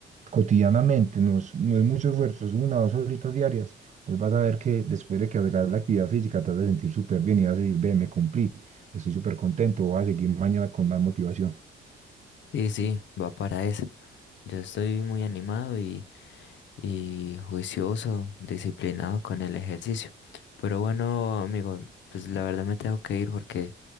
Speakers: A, on the right (about 35°); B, on the left (about 65°).
A: cotidianamente, no es, no es mucho esfuerzo, es una o dos horitas diarias, pues vas a ver que después de que hagas la actividad física te vas a sentir súper bien y vas a decir, ve, me cumplí, estoy súper contento, voy a seguir mañana con más motivación.
B: Sí, sí, va para eso. Yo estoy muy animado y juicioso, disciplinado con el ejercicio. Pero bueno, amigo, pues la verdad me tengo que ir porque